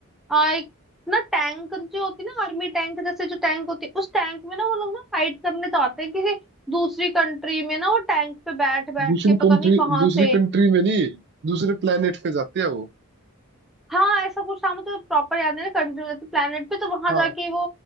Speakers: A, in the centre; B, on the right.
A: आ, एक ना टैंक जो होती है ना आर्मी टैंक जैसे जो टैंक होती है उस टैंक में ना वो लोग ना फाइट करने जाते हैं किसी दूसरी कंट्री में ना वो टैंक पे बैठ बैठ
B: दूसरी
A: के पता
B: कंट्री
A: नहीं कहाँ
B: दूसरी
A: से
B: कंट्री में नहीं दूसरे प्लेनेट पे जाते हैं वो
A: हाँ ऐसा कुछ था मुझे प्रॉपर याद नहीं कंट्री में प्लेनेट पे तो वहां
B: हाँ।
A: जाके वो